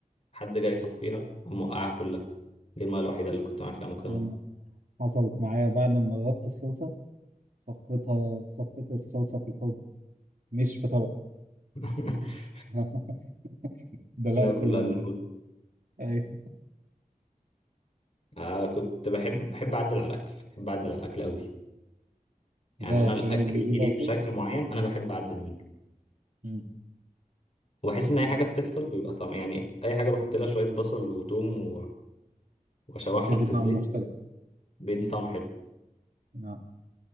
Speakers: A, on the left; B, on the right.
A: حد جاي يصفيها قام وقعها كلها دي المره الوحيده اللي كنت بعمل فيها مكرونه
B: أنا حصلت معايا بعد ما غطت الصلصة صفيتها صفيت الصلصة في الحوض مش في طبق
A: <laughs>
B: <laughs> دلقت
A: المرة كلها
B: ال...
A: للحوت
B: أيوه
A: آه كنت بحب بحب اعدل على الاكل بحب اعدل على الاكل قوي يعني
B: بجرب
A: انا الاكل
B: حاجات جديدة
A: يجي لي
B: وكده
A: بشكل معين انا بحب اعدل منه
B: مم.
A: وبحس ان اي
B: أنا
A: حاجه بتحصل بيبقى طعم يعني اي حاجه بحط لها شويه بصل وتوم و- واشوحهم
B: بتدي
A: في
B: طعم
A: الزيت
B: مختلف
A: بيدي طعم حلو
B: آه.